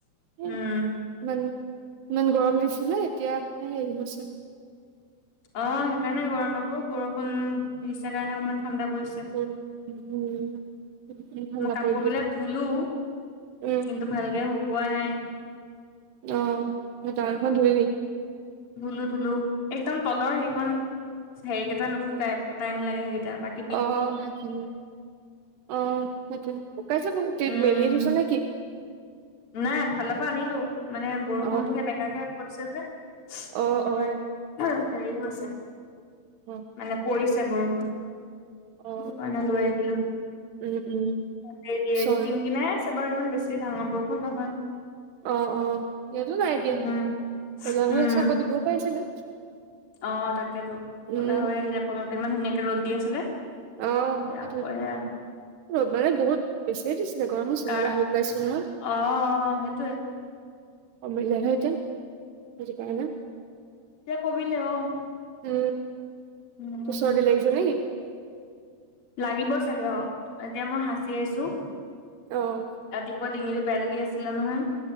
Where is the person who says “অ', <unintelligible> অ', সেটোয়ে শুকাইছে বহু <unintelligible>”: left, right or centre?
Right